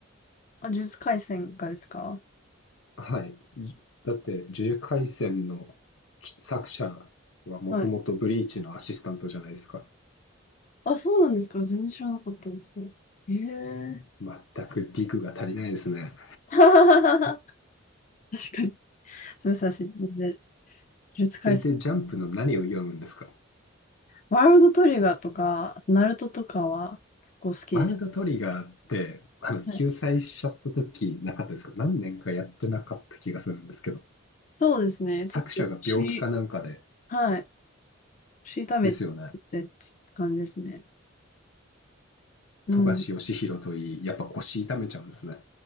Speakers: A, on the left (about 40°); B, on the left (about 75°).
A: あ、呪術廻戦がですか
B: はい。だって、呪術廻戦の作者はもともとブリーチのアシスタントじゃないですか。
A: はい。あ、そうなんですか。全然知らなかったです。ええ
B: 全くディグが足りないですね。
A: <laughs> 確かに。すみません、私、全然、呪術廻戦。
B: え、で、ジャンプの何を読むんですか
A: ワールドトリガーとか、ナルトとかは結構好きでし
B: ワールドトリガーって、あの、
A: た。
B: 救済しちゃった時なかったですか何年かやってなかった気がするんですけど。
A: はいそうですね。
B: 作者が病気かなんかで、
A: ちょっと腰はい。腰痛めてって感じですね。
B: ですよね。
A: うん。
B: 富樫義博といい、やっぱ腰痛めちゃうんですね。